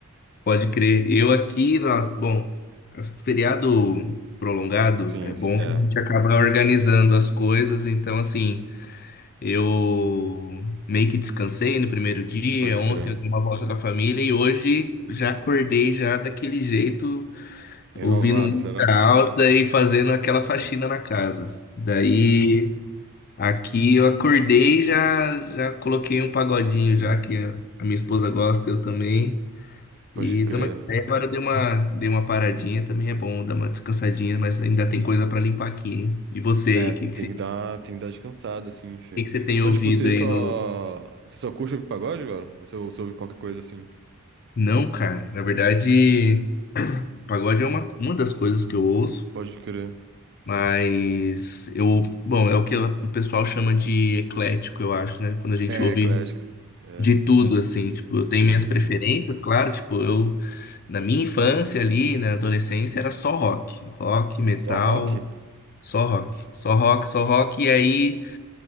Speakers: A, on the left (about 40°); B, on the right (about 50°).
A: pode crer. Eu aqui, na- bom, feriado prolongado
B: Sim,
A: é bom
B: sim, é,
A: que a gente acaba organizando as coisas, então assim, eu meio que descansei no primeiro dia,
B: pode
A: ontem
B: crer.
A: eu dei uma volta com a família e hoje já acordei já daquele jeito,
B: Renovado,
A: ouvindo música
B: será?
A: alta e fazendo aquela
B: Pode
A: faxina
B: crer.
A: na casa. Daí Aqui eu acordei e já, já coloquei um pagodinho
B: Sim,
A: já que a a minha esposa gosta, eu também. E
B: pode crer.
A: estamos aqui. Aí agora eu dei uma, dei uma paradinha, também é bom dar uma descansadinha, mas ainda tem coisa para limpar aqui, hein? E você aí,
B: É,
A: o que que
B: tem
A: você,
B: que
A: o
B: dar, tem que dar descansada, assim, fi.
A: que que você tem
B: Mas,
A: ouvido
B: tipo, você
A: aí
B: só,
A: no...
B: você só curte ouvir pagode, velho? Ou você, você ouve qualquer coisa, assim?
A: Não, cara, na verdade, pagode é uma, uma das coisas que eu ouço,
B: Pode crer.
A: mas eu, bom, é o que o pessoal chama de eclético, eu acho, né? Quando a gente
B: É,
A: ouve
B: eclético. É,
A: De tudo, assim, tipo, eu
B: sim,
A: tenho minhas preferências,
B: sim.
A: claro, tipo, eu, na minha infância ali, na adolescência, era só rock, rock, metal,
B: Só rock?
A: só rock, só rock, só rock, e aí,